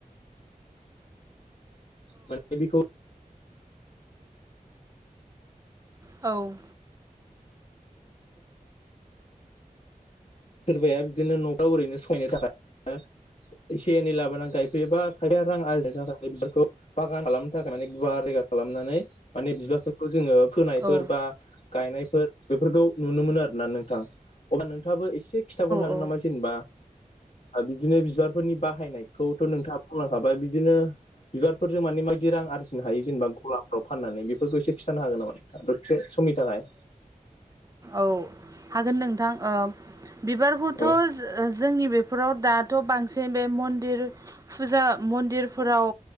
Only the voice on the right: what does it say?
औ।
औ
औ
औ हागोन नोंथां बिबारखौथ'
जोंनि बेफोराव दाथ' बांसिन बे मन्दिर फुजा मन्दिरफोराव